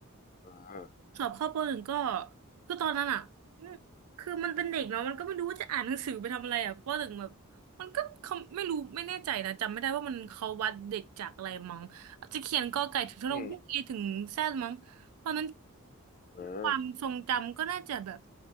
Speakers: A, on the left; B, on the right.
A: อ่า
B: สอบเข้าปหนึ่งก็คือตอนนั้นอ่ะอืมคือมันเป็นเด็กเนาะมันก็ไม่รู้ว่าจะอ่านหนังสือไปทำอะไรอ่ะปหนึ่งแบบมันก็เขาไม่รู้ไม่แน่ใจนะจำไม่ได้ว่ามันเขาวัดเด็กจากอะไรมั้งอาจจะเขียนกอไก่ถึงทะลงฮุกอีถึงแซดมั้งตอนนั้น
A: อืมอ่า
B: ความทรงจำก็น่าจะแบบ